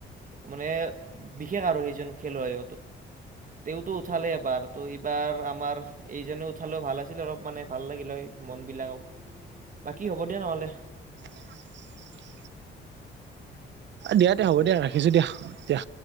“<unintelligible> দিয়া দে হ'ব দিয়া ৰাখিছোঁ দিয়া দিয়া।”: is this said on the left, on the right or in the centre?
Right